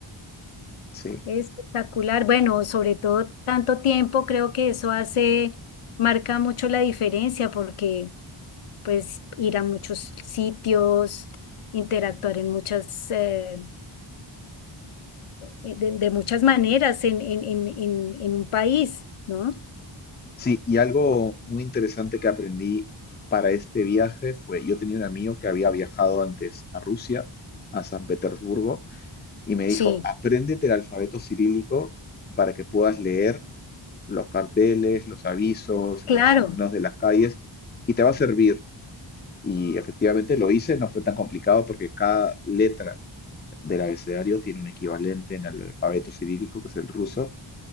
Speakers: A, on the left (about 20°); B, on the left (about 80°).
A: sí.
B: espectacular. Bueno, sobre todo tanto tiempo, creo que eso hace, marca mucho la diferencia porque pues ir a muchos sitios, interactuar en muchas, eh, de, de muchas maneras en, en, en, en en un país, ¿no?
A: Sí, y algo muy interesante que aprendí para este viaje fue, yo tenía un amigo que había viajado antes a Rusia, a San Petersburgo, y me
B: Sí,
A: dijo, apréndete el alfabeto cirílico para que puedas leer los carteles, los avisos,
B: claro,
A: los signos de las calles, y te va a servir. Y efectivamente lo hice, no fue tan complicado porque cada letra del abecedario tiene un equivalente en el alfabeto cirílico, que es el ruso,